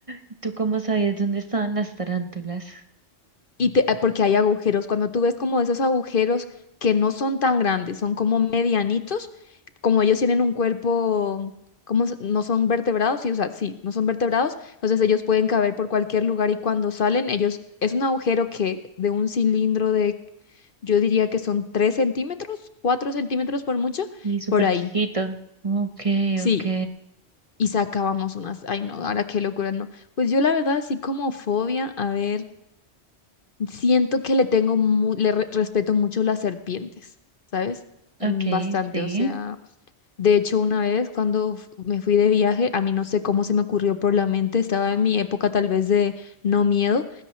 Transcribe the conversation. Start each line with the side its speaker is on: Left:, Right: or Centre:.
Right: ¿Y tú cómo sabías dónde estaban las tarántulas?
Left: Y te- ah, porque hay agujeros. Cuando tú ves como esos agujeros que no son tan grandes, son como medianitos, como ellos tienen un cuerpo, como s- no son vertebrados, sí, o sea, sí, no son vertebrados, entonces ellos pueden caber por cualquier lugar y cuando salen, ellos, es un agujero que de un cilindro de, yo diría que son 3 centímetros, 4 centímetros por mucho,
Right: Y súper
Left: por ahí.
Right: chiquito. Ok,
Left: Sí.
Right: ok.
Left: Y sacábamos unas, ay no, ahora qué locura, no. Pues yo la verdad, así como fobia, a ver. Siento que le tengo, mu- le re- respeto mucho las serpientes, ¿sabes? Mm,
Right: Ok,
Left: Bastante,
Right: sí.
Left: o sea, de hecho una vez cuando f- me fui de viaje, a mí no sé cómo se me ocurrió por la mente, estaba en mi época tal vez de no miedo,